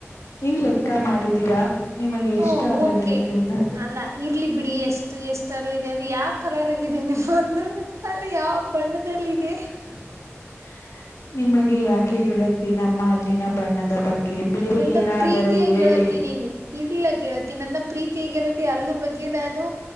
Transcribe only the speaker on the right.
ಇಲ್ಲ
ಹ
ಓಕೆ
ಅಲ್ಲ ಇರ್ಲಿ ಬಿಡಿ ಎಷ್ಟು ಎಷ್ಟಲ್ಲಿ ಇದೆ ಅಂದ್ರೆ ಯಾವ ಕಲರ್ ಆಗಿದೆ ನಿವುಲ್ಲು ಅಲ್ಲಿ ಯಾವ ಬಣ್ಣದದಲ್ಲಿ ಇದೆ
ನನ್ನ
ಪ್ರೀತಿಯ
ಗೆಳತಿ ನೀನು ಇಲ್ಲ ಗೆಳತಿ ನನ್ನ ಪ್ರೀತಿಿಯ ಗೆಳತಿ ಅಲ್ಲ ಬಗ್ಗೆ ನಾನು